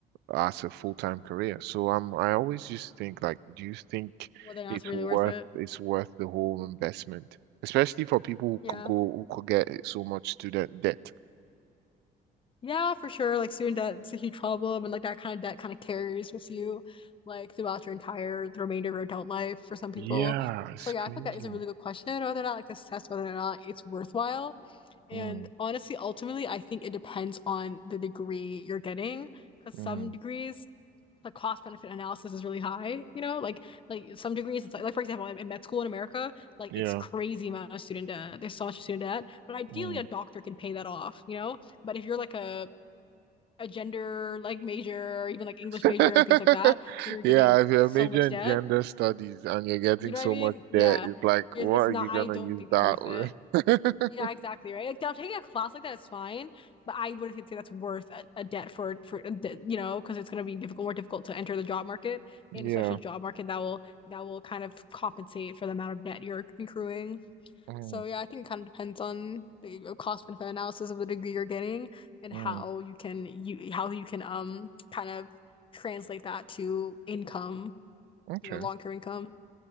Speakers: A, on the right (about 80°); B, on the left (about 30°).
A: as a full-time career. So um, I always just think like, do you think
B: whether or not
A: it's
B: it's really
A: worth
B: worth it.
A: it's worth the whole investment, especially for people who
B: Yeah.
A: could go who could get so much student debt?
B: Yeah, for sure. Like student debt is a huge problem, and like that kind of debt kind of carries with you, like throughout your entire the remainder of your adult life for some people.
A: Yeah, it's
B: So yeah,
A: crazy.
B: I think that is a really good question whether or not like to assess whether or not it's worthwhile. And
A: Mm,
B: honestly, ultimately, I think it depends on the degree you're getting, because some
A: mm,
B: degrees the cost benefit analysis is really high. You know, like like some degrees it's like, like for example, in, in med school in America, like
A: yeah.
B: it's crazy amount of student debt. There's so much student debt, but ideally
A: Mm.
B: a doctor can pay that off. You know, but if you're like a a gender like major or even like English
A: <laughs>
B: major and things like that, and you're getting
A: Yeah, if you're
B: so
A: majoring
B: much debt.
A: in gender studies and you're getting
B: You know
A: so
B: what I mean?
A: much
B: Yeah.
A: debt, it's like,
B: It's
A: what
B: it's
A: are
B: not,
A: you gonna
B: I don't
A: use
B: think
A: that
B: that's worth
A: with?
B: it.
A: <laughs>
B: Yeah, exactly, right? Like now taking a class like that is fine, but I wouldn't say that's worth a, a debt for for a de you know, because it's gonna be difficult, more difficult to enter the job market,
A: Yeah.
B: and especially a job market that will that will kind of compensate for the amount of debt you're accruing.
A: Mm,
B: So yeah, I think it kind of depends on the uh, cost benefit analysis of the degree you're getting and
A: mm.
B: how you can you how you can um kind of translate that to income,
A: Okay.
B: you know, long-term income.